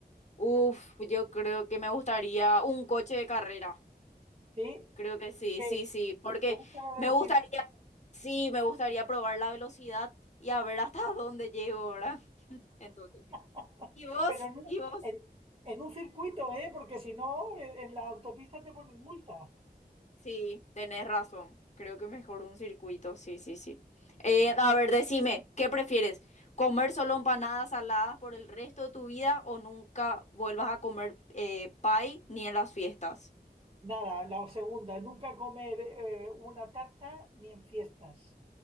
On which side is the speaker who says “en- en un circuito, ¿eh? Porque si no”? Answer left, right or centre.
Right